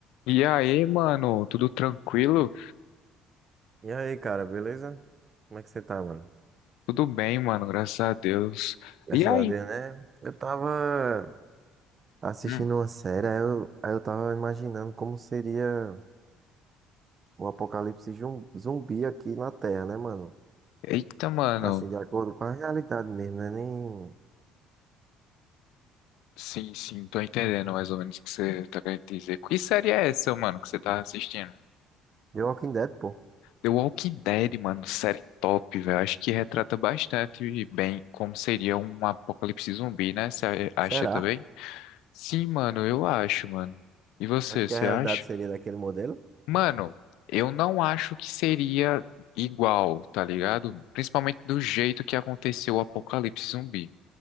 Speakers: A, on the left; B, on the right.
A: E aí, mano, tudo tranquilo?
B: E aí, cara, beleza? Como é que você tá, mano?
A: Tudo bem, mano, graças a Deus.
B: Graças
A: E aí?
B: a Deus, né? Eu tava assistindo
A: Hum.
B: uma série, aí eu, aí eu tava imaginando como seria o apocalipse zum- zumbi aqui na Terra, né, mano?
A: Eita, mano.
B: Assim, de acordo com a realidade mesmo, né? Nem
A: Sim, sim, tô entendendo mais ou menos o que você tá querendo dizer. Que série é essa, mano, que você tá assistindo?
B: The Walking Dead, pô.
A: The Walking Dead, mano, série top, velho. Acho que retrata bastante bem como seria um apocalipse zumbi, né? Você acha
B: Será?
A: também? Sim, mano, eu acho, mano. E você,
B: Acho que
A: você
B: a realidade
A: acha?
B: seria daquele modelo.
A: Mano, eu não acho que seria igual, tá ligado? Principalmente do jeito que aconteceu o Apocalipse Zumbi.